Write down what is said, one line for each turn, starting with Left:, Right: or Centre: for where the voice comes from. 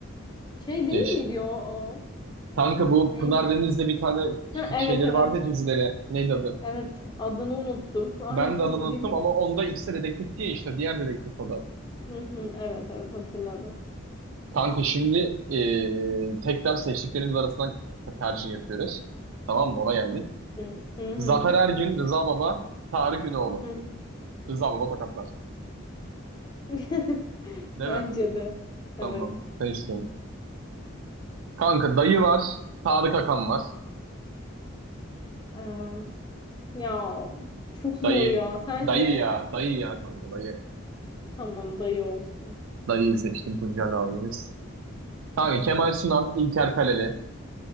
Left: Şey
Right: Geç.
Left: değil miydi o? o?
Right: Kanka bu
Left: Neydi?
Right: Pınar Deniz'le bir tane
Left: Ha, evet
Right: şeyleri
Left: evet.
Right: vardı ya, dizileri. Neydi adı?
Left: Evet adını unuttum. <laughs> Aynısını
Right: Ben de adını
Left: diyecektim
Right: unuttum ama
Left: de.
Right: onda ikisi de dedektif diye işte. Diğer dedektif o da.
Left: Hı hı, evet evet hatırladım.
Right: Kanka şimdi eee, tekrar seçtiklerimiz arasından tercih yapıyoruz. Tamam mı? Ona geldik.
Left: Hı hı. hı.
Right: Zafer Ergün, Rıza Baba, Tarık Ünoğlu.
Left: Hı.
Right: Rıza Baba tokatlar.
Left: <laughs>
Right: Değil
Left: Bence
Right: mi?
Left: de. Evet.
Right: Tamam. Seçtim. Kanka dayı var. Tarık Akan var.
Left: Em, ya çok zor
Right: Dayı.
Left: ya. Sence?
Right: Dayı ya. Dayı ya kanka dayı.
Left: Tamam dayı olsun.
Right: Dayıyı seçtim Tuncel abimiz. Kanka Kemal Sunan, İlker Kaleli.